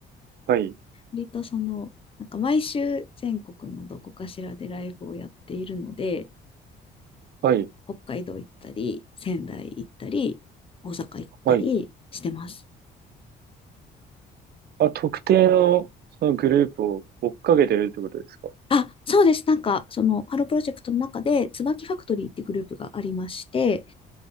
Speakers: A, on the right (about 60°); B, on the left (about 30°).
A: はい。
B: 割とその、なんか毎週全国のどこかしらでライブをやっているので、
A: はい。
B: 北海道行ったり、仙台行ったり、大阪行ったりしてます。
A: はい。あ、特定の、そのグループを追っかけてるってことですか
B: あ、そうです。なんか、その、ハロープロジェクトの中で、椿ファクトリーってグループがありまして、